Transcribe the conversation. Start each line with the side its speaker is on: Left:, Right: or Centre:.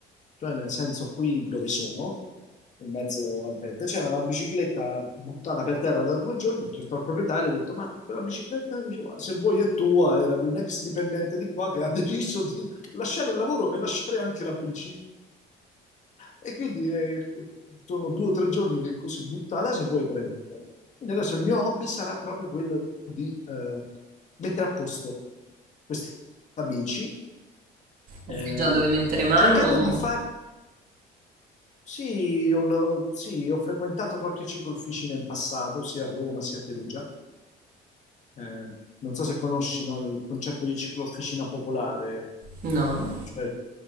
Left: cioè nel senso qui dove sono, in mezzo al verde, c'era una bicicletta buttata per terra da due giorni, c'è stato il proprietario, ho detto, ma quella bicicletta, diceva, se vuoi è tua, era di un ex dipendente di qua che ha <laughs> deciso di lasciare il lavoro e lasciare anche la bici. E quindi eh, sono due o tre giorni che così buttata se vuoi prenderlo. Quindi adesso il mio hobby sarà proprio quello di eh, mettere a posto questa bici,
Right: O
Left: eh,
Right: sai già dove mettere mano?
Left: cercando
Right: o-
Left: di far... Sì ho, ho- sì, ho frequentato qualche ciclofficina in passato, sia a Roma sia a Perugia. Eh, non so se conosci, no, il concetto di ciclofficina popolare.
Right: No.
Left: cioè